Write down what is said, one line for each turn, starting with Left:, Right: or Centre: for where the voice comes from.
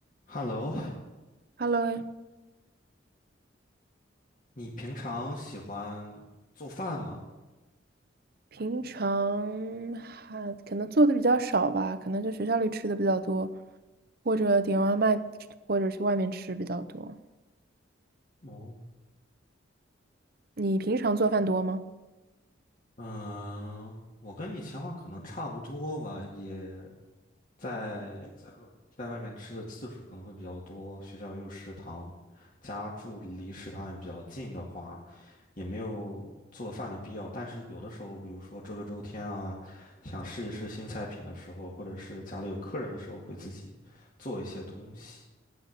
Left: Hello，
Right: Hello，
Left: 你平常喜欢做饭吗？
Right: 平常哈可能做的比较少吧，可能就学校里吃的比较多，或者点外卖，或者去外面吃比较多。
Left: 哦，
Right: 你平常做饭多吗？
Left: 嗯，我跟你情况可能差不多吧，也在在在外面吃的次数可能会比较多，学校也有食堂，家住离食堂也比较近的话，也没有做饭的必要。但是有的时候，比如说周六周天啊，想试一试新菜品的时候，或者是家里有客人的时候，会自己做一些东西。